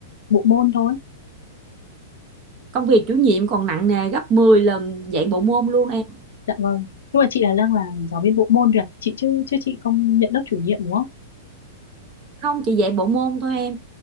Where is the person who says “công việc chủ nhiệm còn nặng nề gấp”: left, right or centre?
Right